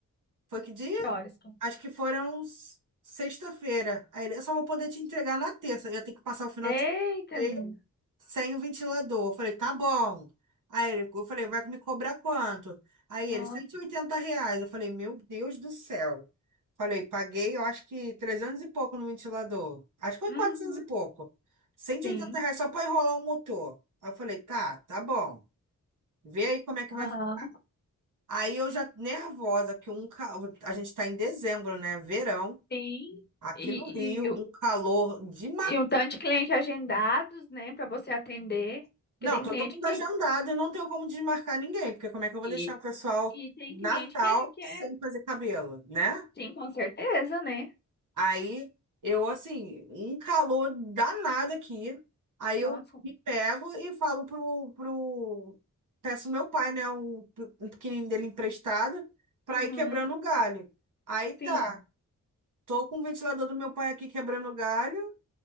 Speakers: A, on the right; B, on the left.
A: foi que dia?
B: que horas? que-
A: Acho que foram s- sexta-feira. Aí ele, eu só vou poder te entregar na terça. Eu Ia ter que passar o final
B: é?
A: de semana
B: Eita,
A: inteiro
B: menina.
A: sem o ventilador. Eu falei, tá bom. Aí ele, eu falei, vai me cobrar quanto? Aí
B: Nossa.
A: ele, cento e oitenta reais. Eu falei, meu Deus do céu. Falei, paguei, eu acho que 300 e pouco no ventilador. Acho que foi
B: Uhum,
A: 400 e pouco. Cento
B: sim.
A: e oitenta reais só para enrolar o motor. Aí eu falei, tá, tá bom. Vê aí como é que
B: Aham.
A: vai ficar. Aí eu já nervosa, que um, ca- a gente tá em dezembro, né? Verão.
B: Sim.
A: Aqui
B: E,
A: no Rio,
B: e, o-
A: um calor de matar.
B: e um tanto de cliente agendados, né, para você atender. Porque
A: Não,
B: tem
A: todo
B: cliente
A: mundo
B: que.
A: é agendado e não tenho como desmarcar ninguém, porque como é que eu vou
B: E,
A: deixar o pessoal
B: e tem
A: Natal
B: cliente que é, que
A: sem
B: é.
A: fazer cabelo, né?
B: Sim, com certeza, né?
A: Aí eu, assim, um calor danado aqui. Aí
B: Nossa.
A: eu me pego e falo pro, pro... Peço meu pai, né, um, um pequenininho dele emprestado, pra
B: Uhum,
A: ir quebrando o galho. Aí tá,
B: sim.
A: tô com o ventilador do meu pai aqui quebrando o galho.